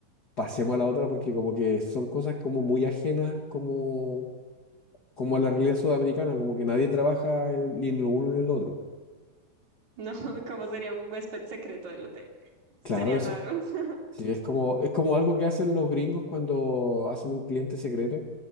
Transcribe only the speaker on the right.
No, <laughs> ¿cómo sería un huésped secreto del hotel?
Sería raro. <laughs>